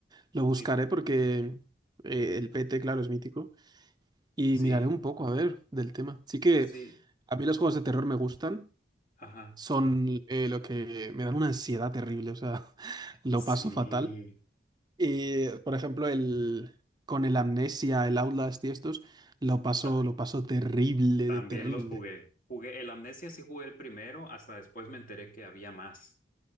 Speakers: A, on the right; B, on the left.
A: Lo buscaré
B: Sí,
A: porque eh, el P T claro, es mítico. Y
B: sí,
A: miraré un poco, a ver, del tema. Sí que
B: sí,
A: a mí los juegos de terror me gustan.
B: ajá.
A: Son eh, lo que me dan una ansiedad terrible, o sea, <laughs> lo
B: Sí,
A: paso fatal. Y, por ejemplo, el, con el Amnesia, el Outlast y estos, lo paso,
B: Ta-
A: lo paso terrible,
B: también
A: de terrible.
B: los jugué. Jugué el Amnesia, sí jugué el primero, hasta después me enteré que había más.